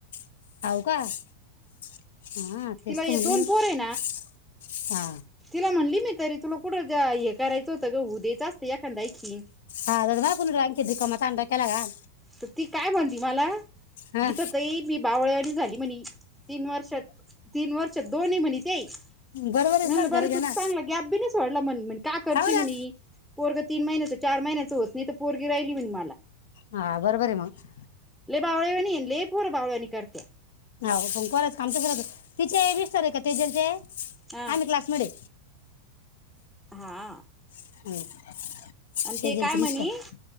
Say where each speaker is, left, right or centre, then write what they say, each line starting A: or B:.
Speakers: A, on the left; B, in the centre.
A: <unintelligible> का हा तेसत
B: तिला हे
A: हो.
B: दोन
A: ना.
B: पोर आहे
A: हा.
B: तिला म्हणली मी तरी तुला कुठं हे करायचं होतं ग? हो उ दे जास्तते एखादा आणखी
A: हा बागु अंकेत का म तांड केलाग <unintelligible>
B: तर ती काय म्हणती मला
A: हा
B: गीता ताई मी बावळे आणि झाली म्हणे तीन वर्षात तीन वर्ष दो नाही म्हनी काय.
A: बरोबर आहे
B: म्हलं
A: मग
B: बरं
A: खरं घ्या
B: तू
A: ना
B: चांगला की गॅप नाहीच सोडला म्हण म्ह का करतोय
A: हो
B: म्हणे
A: ना
B: पोरग तीन महिन्याचं चार महिन्यां होत नाही तर पोरगी राहिली म्हण मला
A: हा बरोबर आहे मग.
B: बावळया वानी लई पोर बावळयांनी करत्यात.
A: हो पण करायच काम घरच तिचे विस्तार आहे का तेजलचे
B: हा
A: आन क्लास मधे
B: हा
A: हम्म तेजलचे
B: आणि ते काय म्हनी
A: मिस्टर